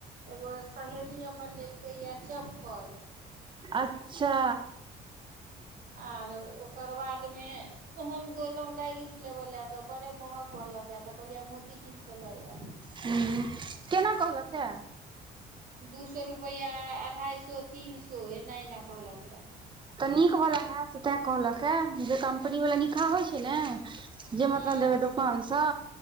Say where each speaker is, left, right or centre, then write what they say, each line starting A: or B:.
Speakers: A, on the right (about 55°); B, on the right (about 30°).
A: एगो सहेली हमर लेलकै यऽ चप्पल
B: अच्छा
A: आर ओकर बादमे हम गलहुं लैगीज लेबे ले तऽ बड़े मोहक कहलक त कहलीये मोती झील स ल आब
B: ह केना कल्हक है
A: दू सए रुपैआ अढ़ाई सए तीन सो एना एना कहलक य
B: तऽ नीक वला हत तऽ तैँ कहलक हे जे कम्पनी वाला निकहाह होइत छै ने
A: हूँ
B: जे
A: हूँ
B: मतलब लेबै दोकान स